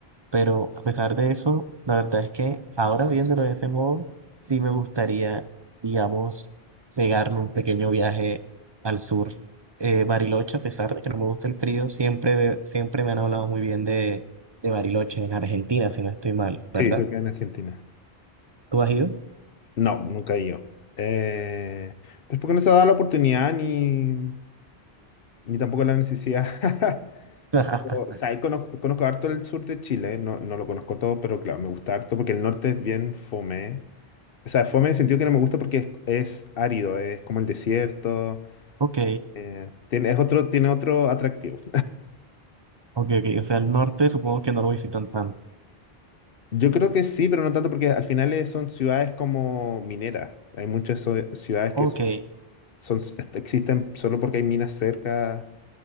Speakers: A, on the right; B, on the left.
A: Pero a pesar de eso, la verdad es que ahora viéndolo de ese modo, sí me gustaría, digamos, pegarme un pequeño viaje al sur. Eh, Bariloche, a pesar de que no me gusta el frío, siempre, siempre me han hablado muy bien de, de Bariloche en Argentina, si no estoy mal, ¿verdad?
B: Sí, se queda en Argentina.
A: ¿Tú has ido?
B: No, nunca he ido. Eh, pues porque no se ha dado la oportunidad ni, ni tampoco la necesidad. <laughs>
A: <laughs>
B: O sea, ahí conozco, conozco harto el sur de Chile, no, no lo conozco todo, pero claro, me gusta harto porque el norte es bien fome. O sea, fome en el sentido que no me gusta porque es, es árido, es como el desierto,
A: Ok,
B: eh, tiene, es otro, tiene otro atractivo.
A: ok, ok. O sea, el norte supongo que no lo visitan tanto.
B: Yo creo que sí, pero no tanto porque al final eh, son ciudades como mineras. Hay muchas so- ciudades
A: Ok,
B: que son, son- est- existen solo porque hay minas cerca,